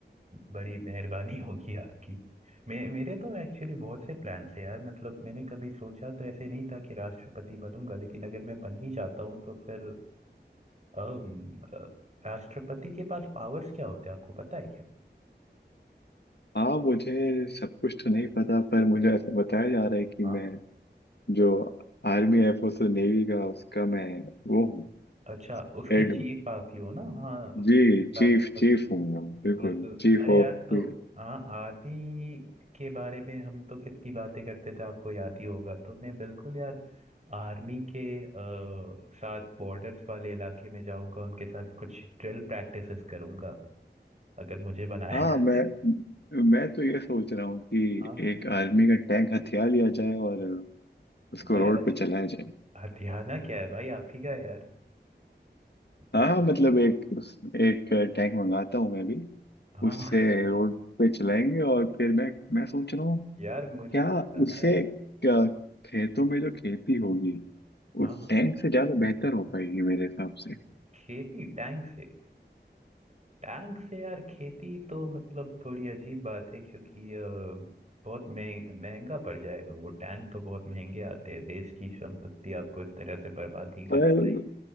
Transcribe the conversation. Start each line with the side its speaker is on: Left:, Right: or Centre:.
Right: बड़ी मेहरबानी होगी आपकी मे, मेरे तो एक्चुअली बहुत से प्लान्स हैं यार मतलब मैंने कभी सोचा तो ऐसे नहीं था कि राष्ट्रपति बनूंगा लेकिन अगर मैं बन ही जाता हूँ तो फिर अम, अ, राष्ट्रपति के पास पावर्स क्या होते हैं आपको पता है क्या
Left: हाँ मुझे सब कुछ तो नहीं पता पर मुझे ऐसा बताया जा रहा है कि
Right: हाँ
Left: मैं जो आर्मी एयरफोर्स और नेवी का उसका मैं वो हूँ
Right: अच्छा उसके
Left: हेड
Right: चीफ आप ही हो ना हाँ उसके
Left: जी
Right: चीफ
Left: चीफ
Right: राष्ट्रपति
Left: चीफ हूँ मैं
Right: बिल्कुल
Left: बिल्कुल चीफ
Right: अरे यार
Left: ऑफ
Right: तो
Left: चीफ
Right: हाँ आर्मी के बारे में हम तो कितनी बातें करते थे आपको याद ही होगा तो मैं बिल्कुल यार आर्मी के अ, साथ बॉर्डर्स वाले इलाके में जाऊंगा उनके साथ कुछ ड्रिल प्रैक्टिसेस करूंगा अगर मुझे बनाया
Left: हाँ
Right: जाता
Left: मैं
Right: है तो।
Left: मैं तो ये सोच रहा हूँ कि
Right: हाँ
Left: एक आर्मी का टैंक हथियार लिया जाए और उसको
Right: अरे
Left: रोड पे चलाया जाए
Right: हथियाना क्या है भाई आप ही का है यार
Left: हाँ
Right: मैं
Left: हाँ मतलब एक उस, एक टैंक मंगाता हूँ मैं भी
Right: हाँ
Left: उससे रोड पे चलाएंगे और फिर मैं मैं सोच रहा हूँ
Right: यार मुझे
Left: क्या
Right: बनाया
Left: उससे क्या खेतों में जो खेती होगी वो
Right: हाँ हाँ
Left: टैंक से ज्यादा बेहतर हो पाएगी मेरे हिसाब से
Right: खेती टैंक से टैंक से यार खेती तो मतलब थोड़ी अजीब बात है क्योंकि अ, बहुत मह- महंगा पड़ जाएगा वो टैंक तो बहुत महंगे आते हैं देश की संपत्ति आपको इस तरह से बर्बाद नहीं करनी
Left: पर
Right: चाहिए।